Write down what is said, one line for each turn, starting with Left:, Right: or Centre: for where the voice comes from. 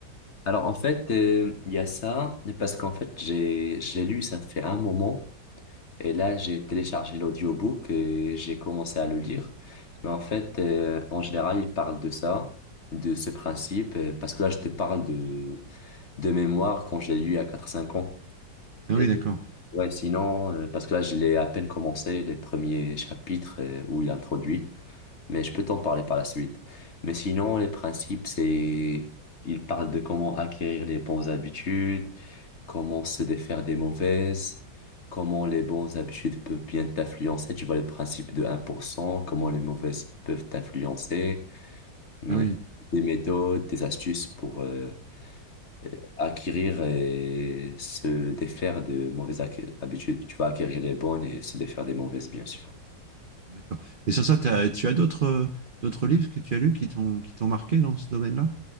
Left: Alors en fait, euh, il y a ça, parce qu'en fait, j'ai, je l'ai lu, ça fait un moment. Et là, j'ai téléchargé l'audiobook et j'ai commencé à le lire. Mais en fait, euh, en général, il parle de ça, de ce principe, euh, parce que là, je te parle de, de mémoire quand je l'ai lu à quatre cinq ans.
Right: Ah
Left: Et
Right: oui, d'accord.
Left: ouais, sinon, euh, parce que là, je l'ai à peine commencé les premiers chapitres euh, où il introduit, mais je peux t'en parler par la suite. Mais sinon, les principes, c'est, il parle de comment acquérir les bonnes habitudes, comment se défaire des mauvaises, comment les bonnes habitudes peuvent bien t'influencer, tu vois le principe de un pour cent. comment les mauvaises peuvent t'influencer, Ouais.
Right: Ah oui,
Left: des méthodes, des astuces pour euh, euh, acquérir et se défaire de mauvaises ac- habitudes. Tu vas acquérir les bonnes et se défaire des mauvaises, bien sûr.
Right: d'accord. Et sans ça, t'as- tu as d'autres euh, d'autres livres que tu as lus qui t'ont qui t'ont marqué dans ce domaine-là,